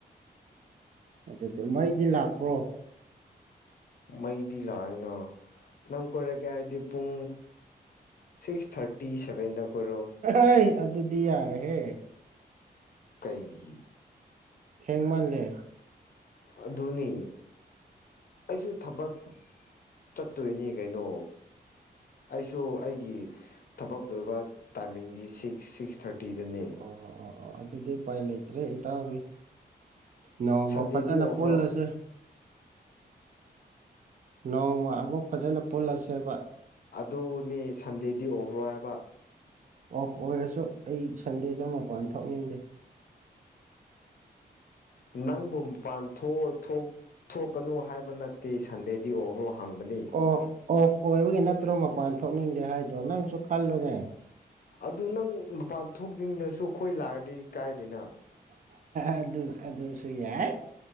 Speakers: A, on the right; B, on the left.
A: ꯑꯗꯨꯗꯤ ꯃꯩꯗꯤ ꯂꯥꯛꯄ꯭ꯔꯣ
B: ꯃꯩꯗꯤ ꯂꯥꯛꯑꯣꯏꯅ ꯅꯪ ꯀꯣꯏꯔꯛꯀꯦ ꯍꯥꯏꯗꯤ ꯄꯨꯡ ꯁꯤꯛꯁ ꯊꯥꯔꯇꯤ ꯁꯦꯕꯦꯟꯗ ꯀꯔꯣ
A: ꯑꯩ ꯑꯗꯨꯗꯤ ꯌꯥꯔꯦꯍꯦ
B: ꯀꯩꯒꯤ
A: ꯍꯦꯡꯡ ꯃꯥꯜꯂꯦ
B: ꯑꯗꯨꯅꯤ ꯑꯩꯁꯨ ꯊꯕꯛ ꯆꯠꯇꯣꯏꯅꯤ ꯀꯩꯅꯣ ꯑꯩꯁꯨ ꯑꯩꯒꯤ ꯊꯕꯛ ꯂꯣꯏꯕ ꯇꯥꯏꯃꯤꯡꯗꯤ ꯁꯤꯛꯁ ꯁꯤꯛꯁ ꯊꯥꯔꯇꯤ ꯀꯤꯗꯅꯦ
A: ꯑꯣ ꯑꯣ ꯑꯣ ꯑꯗꯨꯗꯤ ꯎꯄꯥꯏ ꯂꯩꯇ꯭ꯔꯦ ꯏꯇꯥꯎꯒꯤ ꯅꯃ
B: ꯁꯟꯗꯦꯗꯤ
A: ꯐꯖꯥꯅ
B: ꯑꯣꯐꯔꯣ
A: ꯐꯣꯜꯂꯁꯦ ꯅꯣꯡꯃ ꯑꯃꯨꯛ ꯐꯖꯅ ꯄꯨꯜꯂꯁꯦꯕ
B: ꯑꯗꯨꯅꯦ ꯁꯟꯗꯦꯗꯤ ꯑꯣꯏꯈ꯭ꯔꯣ ꯍꯥꯏꯕ
A: ꯑꯣꯐ ꯑꯣꯏꯔꯁꯨ ꯑꯩ ꯁꯟꯗꯦꯗ ꯃꯄꯥꯟ ꯊꯣꯛꯅꯤꯡꯗꯦ
B: ꯅꯪꯕꯨ ꯄꯥꯟꯊꯣꯛ ꯊꯣꯛ ꯊꯣꯛꯀꯅꯨ ꯍꯥꯏꯕ ꯅꯠꯇꯦ ꯁꯟꯗꯦꯗꯤ ꯑꯣꯕꯔꯣ ꯍꯥꯡꯕꯅꯤ
A: ꯑꯣꯐ ꯑꯣꯐ ꯑꯣꯏꯕꯒꯤ ꯅꯠꯇ꯭ꯔꯣ ꯃꯄꯥꯟ ꯊꯣꯛꯅꯤꯡꯗꯦ ꯍꯥꯏꯗꯣ ꯅꯪꯁꯨ ꯈꯜꯂꯨꯅꯦ
B: ꯑꯗꯨ ꯅꯪ ꯃꯄꯥꯟ ꯊꯣꯛꯇ꯭ꯔꯤꯗꯁꯨ ꯑꯩꯈꯣꯏ ꯂꯥꯛꯔꯗꯤ ꯀꯥꯏꯗꯅ
A: ꯑꯗꯨ ꯑꯗꯨꯁꯨ ꯌꯥꯏ